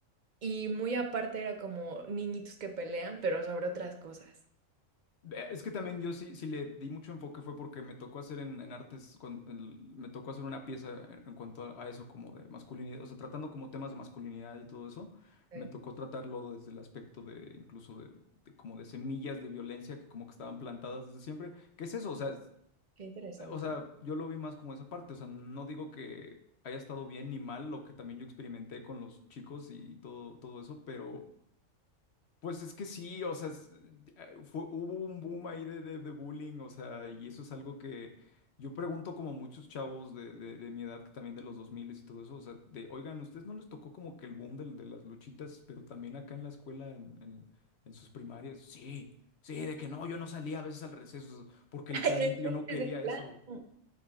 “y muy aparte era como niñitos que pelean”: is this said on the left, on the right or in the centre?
Right